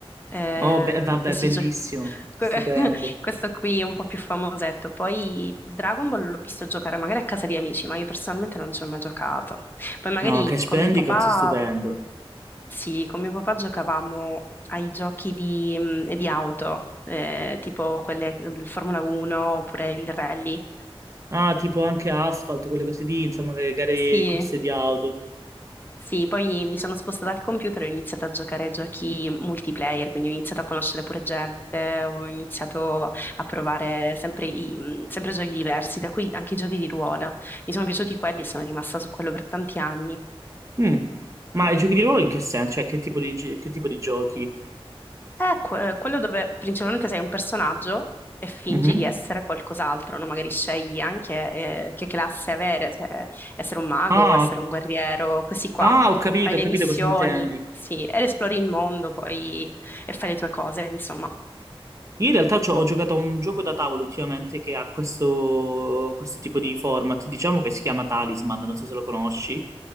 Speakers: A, on the left; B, on the right.
A: eh,
B: Oh, be- vabbè,
A: questi
B: bellissimo,
A: gio- <laughs> que-
B: stupendo.
A: questo qui è un po' più famosetto. Poi Dragon Ball l'ho visto giocare magari a casa di amici, ma io personalmente non ci ho mai giocato. Poi magari
B: No, Crash
A: con
B: Bandicoot
A: mio papà,
B: è stupendo.
A: sì, con mio papà giocavamo ai giochi di, mh, di auto, eh, tipo quelle del Formula 1 oppure il rally.
B: Ah, tipo anche Asphalt, quelle cose lì, insomma, le gare,
A: Sì.
B: corse di auto.
A: Sì, poi mi sono spostata al computer e ho iniziato a giocare a giochi multiplayer, quindi ho iniziato a conoscere pure gente, ho iniziato a provare sempre, i- mh, sempre giochi diversi, tra cui anche i giochi di ruolo. Mi sono piaciuti quelli e sono rimasta su quello per tanti anni.
B: Mm. Ma i giochi di ruolo in che senso? Cioè, che tipo di, gi- che tipo di giochi?
A: È que- eh, quello dove principalmente sei un personaggio e fingi
B: Mhm.
A: di essere qualcos'altro, no? Magari scegli anche eh, che classe avere, se essere un mago,
B: Ah,
A: essere un guerriero, così qua.
B: ah, ho capito,
A: Fai
B: ho
A: le
B: capito
A: missioni,
B: cosa intendi.
A: sì, ed esplori il mondo poi e fai le tue cose, insomma.
B: Io in realtà c'ho- ho giocato a un gioco da tavolo ultimamente che ha questo, questo tipo di format, diciamo che si chiama Talisman, non so se lo conosci,